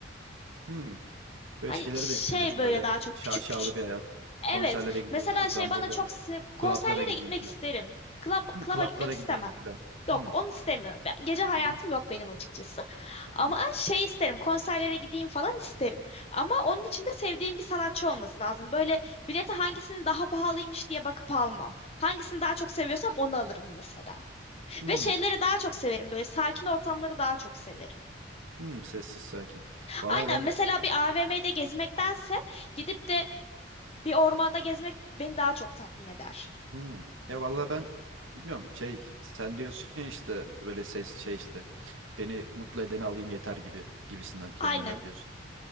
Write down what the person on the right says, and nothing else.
hmm.
Böyle şeyleri
de istemiyorsun.
Böyle
şaşalı
bir hayat. Konserlere
gideyim
şuradan
buradan.
Klaplara
gideyim
filan.
Hı,
klaplara
gideyim filan.
Hı.
Hı hı.
Tamam.
Hı.
Hı. Sessiz sakin. Valla
ben
Hmm. Ya vallahi ben bilmiyorum şey sen diyorsun ya işte böyle ses şey işte beni mutlu edeni alayım yeter gibi gibisinden kelimeler
diyorsun.